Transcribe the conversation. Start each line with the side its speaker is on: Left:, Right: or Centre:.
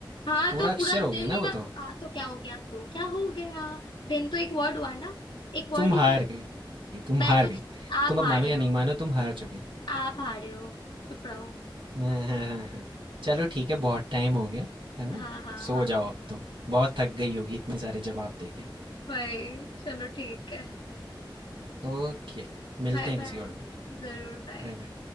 Left: हाँ
Right: पूरा
Left: तो पूरा
Right: अक्षर हो गया
Left: दिन ही
Right: ना वो
Left: मैं
Right: तो
Left: हाँ तो क्या हो गया तो क्या हो गया दिन तो एक वर्ड हुआ ना एक वर्ड
Right: तुम हार
Left: ही तो हुआ।
Right: गई तुम
Left: मैं
Right: हार
Left: कुछ
Right: गई
Left: आप
Right: तुम अब
Left: हारे
Right: मानो या
Left: हो
Right: नहीं मानो तुम हार चुके हो।
Left: आप हारे हो चुप रहो
Right: हाँ, हाँ, हाँ, हाँ। चलो ठीक है बहुत टाइम हो गया है ना
Left: हाँ हाँ
Right: सो
Left: हाँ हाँ।
Right: जाओ अब तुम बहुत थक गई होगी इतने सारे जवाब दे के
Left: भाई चलो ठीक है
Right: ओके मिलते
Left: Bye
Right: हैं
Left: bye
Right: किसी और दिन
Left: जरूर बाय
Right: Bye bye